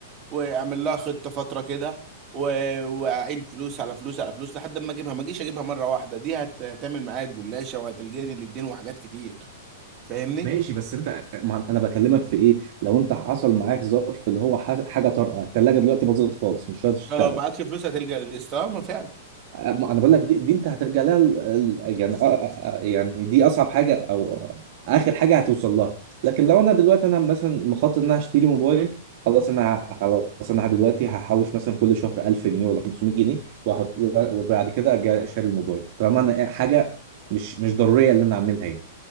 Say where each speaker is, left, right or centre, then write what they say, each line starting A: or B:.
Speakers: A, on the right; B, on the right.
A: واعمل لها خطه فتره كده و- واعين فلوس على فلوس على فلوس لحد ما اجيبها ما اجيش اجيبها مره واحده دي هت- هتعمل معايا جلاشه وهتلجاني للدين وحاجات كتير فاهمني
B: ماشي بس انت ما انا بكلمك في ايه لو انت حصل معاك ظرف اللي هو ح- حاجه طارئه الثلاجه دلوقتي باظت خالص مش قادر تشتغل
A: اه معكش فلوس هتلجأ للقسط اه ما فعلا
B: ما انا بقول لك دي, دي انت هترجع لها ال- ال- يعني آه- آه- آه، يعني دي اصعب حاجه او اخر حاجه هتوصل لها لكن لو انا دلوقتي انا مثلا مخطط ان انا اشتري موبايل خلاص انا ه- خلاص انا دلوقتي هحوش مثلا كل شهر 1000 جنيه ولا 500 جنيه واحط و- وبعد كده اجي اشتري الموبايل طالما انا إيه، حاجه مش مش ضروريه اللي انا اعملها يعني